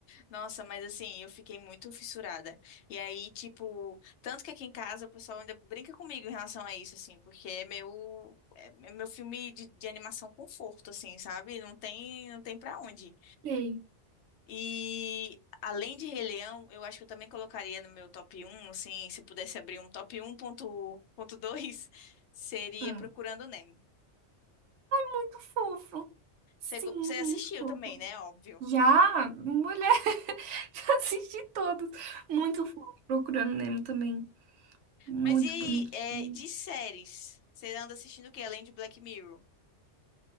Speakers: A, on the left (about 75°); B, on the right (about 80°).
A: Nossa, mas assim, eu fiquei muito fissurada. E aí, tipo, tanto que aqui em casa o pessoal ainda brinca comigo em relação a isso, assim, porque é meu, é é meu filme de, de animação conforto, assim, sabe? Não tem, não tem pra onde.
B: Sei.
A: E além de Rei Leão, eu acho que eu também colocaria no meu top um, assim, se eu pudesse abrir um top um ponto dois <laughs> seria
B: Hum.
A: Procurando Nemo.
B: Muito fofo. Sim,
A: Você go- você assistiu
B: muito fofo.
A: também, né? Óbvio.
B: Já, mulher, <laughs> já assisti todos. Muito fofo. Procurando Nemo também. Muito
A: Mas e aí,
B: bonitinho.
A: é, de séries? Você anda assistindo o quê? Além de Black Mirror?